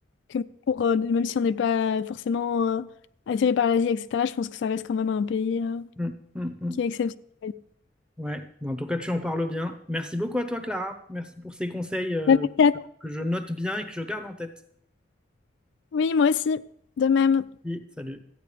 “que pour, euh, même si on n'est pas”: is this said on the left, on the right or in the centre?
Left